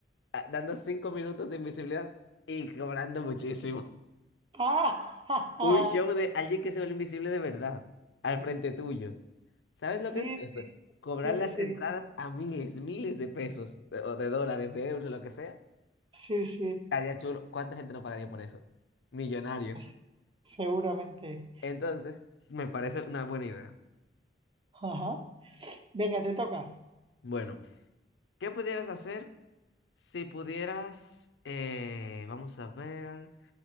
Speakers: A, on the left; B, on the right.
A: ah, dando cinco minutos de invisibilidad y cobrando muchísimo.
B: Ah,
A: <laughs> Un show de alguien que se vuelve invisible de verdad al frente tuyo.
B: <laughs>
A: ¿Sabes
B: sí,
A: lo que es eso?
B: sí,
A: Cobrar
B: sí,
A: las
B: sí,
A: entradas a miles, miles de pesos de- o de dólares, de euros, lo que sea.
B: sí, sí,
A: Estaría chulo. ¿Cuánta gente no pagaría por eso? Millonarios.
B: Pues seguramente.
A: Entonces, me parece una buena idea.
B: Ajá. Venga, te toca.
A: Bueno. ¿Qué pudieras hacer si pudieras, eh, vamos a ver,